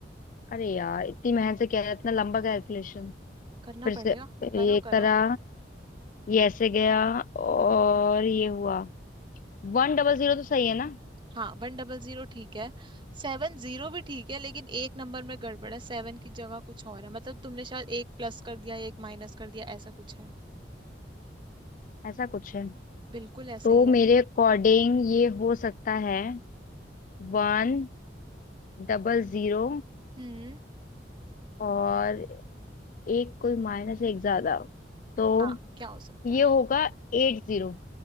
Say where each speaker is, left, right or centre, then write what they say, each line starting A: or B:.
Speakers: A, on the left; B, on the right.
A: अरे यार इतनी मेहनत से किया है, इतना लंबा कैलकुलेशन
B: करना
A: फिर से
B: पड़ेगा करो
A: ये
B: करो
A: करा ये ऐसे गया और ये हुआ वन डबल जीरो तो सही है ना
B: हाँ वन डबल जीरो ठीक है सेवन जीरो भी ठीक है लेकिन एक नंबर में गड़बड़ है सेवन की जगह कुछ और है मतलब तुमने शायद एक प्लस कर दिया एक माइनस कर दिया ऐसा कुछ है
A: ऐसा कुछ है
B: बिल्कुल ऐसा
A: तो
B: ही है
A: मेरे अकॉर्डिंग ये हो सकता है वन डबल जीरो
B: हम्म
A: और एक कोई माइनस एक ज्यादा तो
B: हाँ क्या हो सकता
A: ये
B: है
A: होगा एट जीरो